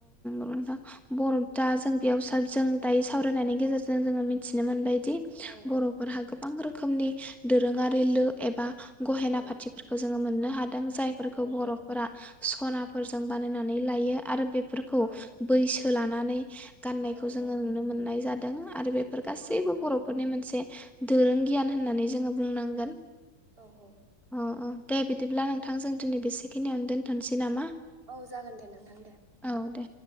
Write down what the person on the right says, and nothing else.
औ
औ
औ
औ
औ
औ
औ
औ
नंगौ
नोंथां
नंगौ
औ औ
औ जागोन दे नोंथां दे।